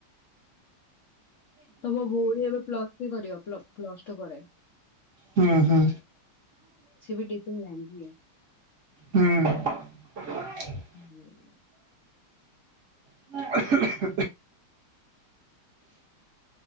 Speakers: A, on the left; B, on the right.
A: ତମ ଭଉଣୀ ଏବେ ପ୍ଲସ ଥ୍ରି କରିବ ପ୍ଲସ ଟୁ ପରେ?
B: ହୁଁ-ହୁଁ।
A: ସେ ବି ଡିଫରେଣ୍ଟ ଲାଇନ ଝିଅ।
B: ହଁ। <unintelligible>
A: <unintelligible>
B: <inaudible>